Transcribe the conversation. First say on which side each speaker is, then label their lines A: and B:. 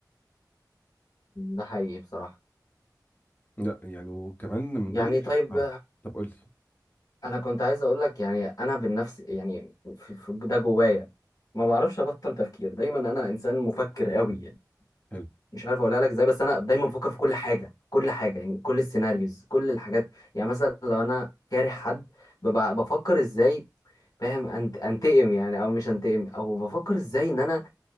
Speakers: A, on the left; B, on the left.
A: ده حقيقي بصراحه
B: لا يعني وكمان من
A: يعني
B: ضمن الح-
A: طيب
B: آه. طب قول لي
A: انا كنت عايز اقول لك يعني انا بالنفس يعني في في ده جوايا ما بعرفش ابطل تفكير دايما انا انسان مفكر قوي يعني
B: حلو
A: مش عارف اقولها لك ازاي بس انا دايما بفكر في كل حاجه كل حاجه يعني كل السيناريوز كل الحاجات يعني مثلا لو انا كاره حد ببقى بفكر ازاي فاهم أنت انتقم يعني او مش انتقم او بفكر ازاي ان انا